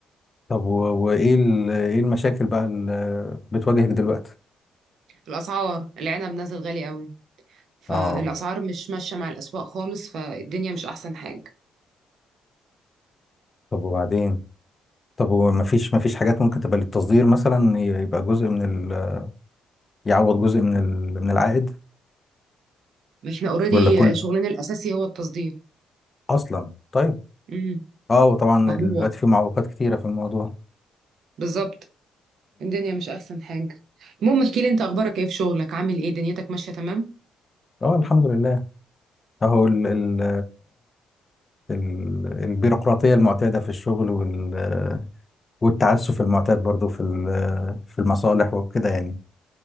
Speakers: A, on the left; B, on the right.
A: طب و- وإيه ال- إيه المشاكل بقى اللي بتواجهك دلوقتي؟
B: الاسعار العنب نازل غالي قوي فالاسعار
A: اه
B: مش ماشيه مع الاسواق خالص فالدنيا مش احسن حاجه
A: طب وبعدين؟ طب ومفيش مفيش حاجات ممكن تبقى للتصدير مثلا ي- يبقى جزء من ال... يعوض جزء من ال... من العائد
B: احنا اوريدي
A: ولا كل
B: شغلنا الاساسي هو التصدير
A: أصلا طيب
B: امم
A: اه وطبعا
B: ما
A: دلوقتي
B: هو
A: في معوقات كتيرة في الموضوع
B: بالظبط الدنيا مش احسن حاجه المهم احكي لي انت اخبارك ايه في شغلك عامل ايه دنيتك ماشيه تمام
A: اه الحمد لله اهو ال ال ال البيروقراطيه المعتاده في الشغل وال والتعسف المعتاد برضو في ال- في المصالح وكده يعني